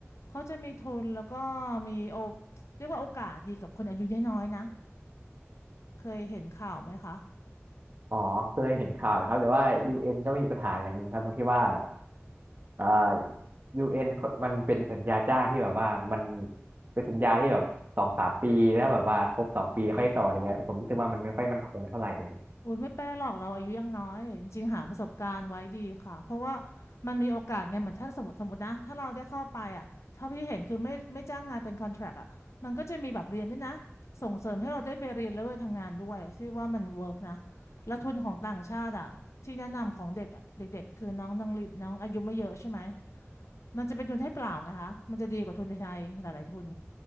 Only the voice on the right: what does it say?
อ๋อเคยเห็นข่าวอยู่ครับแต่ว่ายูเอ็นก็มีปัญหาอย่างหนึ่งครับตรงที่ว่าอ่า UN มันเป็นสัญญาจ้างที่แบบว่ามันเป็นสัญญาที่แบบสองสามปีแล้วแบบว่าครบสองปีค่อยต่ออะไรเงี้ยผมรู้สึกว่ามันไม่ค่อยมั่นคงเท่าไหร่เลย